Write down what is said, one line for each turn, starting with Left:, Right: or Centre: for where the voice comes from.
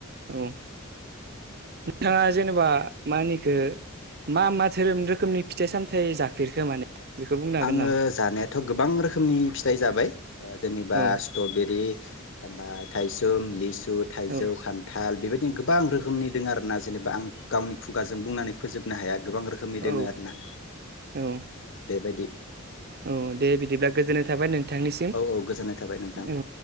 Right: नोंथाङा
Left: औ
Right: जेनेबा मा होनखो मा मा धोरोम रोखोमनि फिथाइ सामथाइ जाफेरखो माने बेखौ बुंनो हागोन
Left: आङो
Right: नामा
Left: जानायाथ' गोबां रोखोमनि फिथाइ जाबाय जेनेबा
Right: औ
Left: स्ट्रबेरि ओमफ्राय थायसुम लिस सु थाइजौ
Right: औ
Left: खान्थाल बेबायदि गोबां रोखोमनि दङो आरोना जेनेबा आं गावनि खुगाजों बुंनानै फोजोबनो हाया गोबां रोखोमनि
Right: औ
Left: दोङो आरोना
Right: औ
Left: बेबायदि
Right: औ दे दे बिदिब्ला गोजोननाय थाबाय नों थांनिसिम
Left: औ औ गोजोननाय थाबाय नोंथां
Right: औ